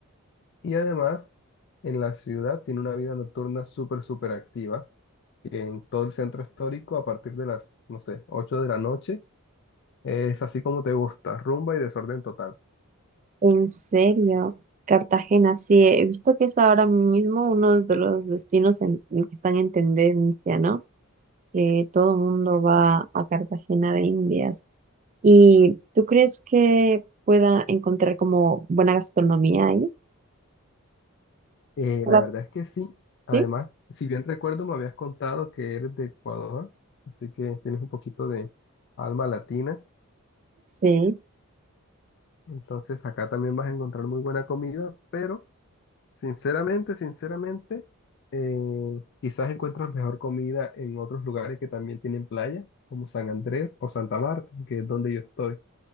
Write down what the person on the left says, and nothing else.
y además en la ciudad tiene una vida nocturna súper, súper activa. en todo el centro histórico a partir de las, no sé, 8 de la noche. Es así como te gusta, rumba y desorden total.
Eh,
la verdad es que sí. Además,
si bien recuerdo, me habías contado que eres de Ecuador, así que tienes un poquito de alma latina.
Entonces, acá también vas a encontrar muy buena comida, pero sinceramente, sinceramente, eh, quizás encuentras mejor comida en otros lugares que también tienen playa, como San Andrés o Santa Marta, que es donde yo estoy.